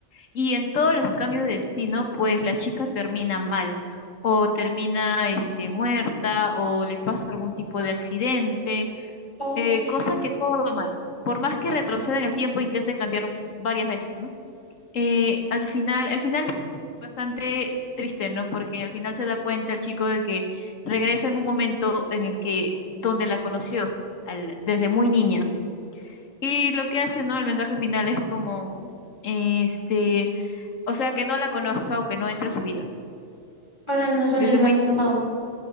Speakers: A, on the left; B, on the left.
A: Y en todos los cambios de destino, pues la chica termina mal, o termina este, muerta, o le pasa algún tipo de accidente,
B: Oh,
A: eh, cosa que todo va mal. Por más que retroceda en el tiempo, intente cambiar varias veces, ¿no? Eh, al final, el final es bastante triste, ¿no? Porque al final se da cuenta el chico de que regresa en un momento en el que, donde la conoció, al- desde muy niña. Y lo que hace, ¿no? El mensaje final es como, este, o sea, que no la conozca o que no entre a su vida.
B: para no salir
A: Desde
B: lastimado.
A: muy niño.